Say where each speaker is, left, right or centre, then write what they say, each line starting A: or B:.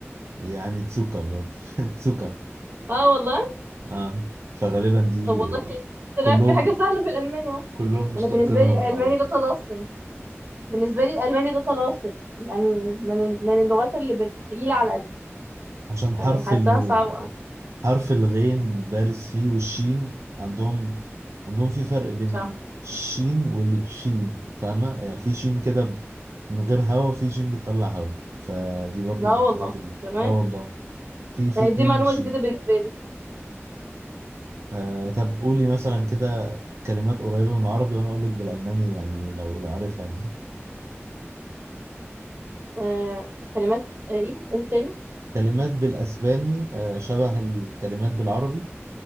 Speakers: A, on the right; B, on the right.
A: يعني تسوكا برضه <laughs> تسوكا
B: اه والله
A: آه فغالبا دي
B: طب والله طلعت
A: كلهم
B: في حاجة سهلة في الألماني اهو
A: كلهم مشتقينها
B: أنا بالنسبة لي
A: من
B: الألماني
A: العربي
B: ده طلاسم بالنسبة لي الألماني ده طلاسم يعني من من اللغات اللي بال- تقيلة على قلبي
A: عشان حرف
B: يعني حاساها
A: ال
B: صعبة
A: حرف الغين بارز فيه والشين عندهم عندهم في فرق بين
B: صح
A: الشين والشين فاهمة يعني في شين كده ب- من غير هوا وفي شين بيطلع هوا فدي برضو
B: لا
A: من
B: والله
A: الحاجات اللي
B: تمام
A: اه والله في في
B: آه،
A: اتنين
B: دي معلومة
A: شين
B: جديدة بالنسبة لي
A: آه طب قولي مثلا كده كلمات قريبة من العربي وانا اقولك بالالماني يعني لو لو عارفها يعني
B: آه كلمات آه، ايه قول تاني
A: كلمات بالاسباني آه شبه الكلمات بالعربي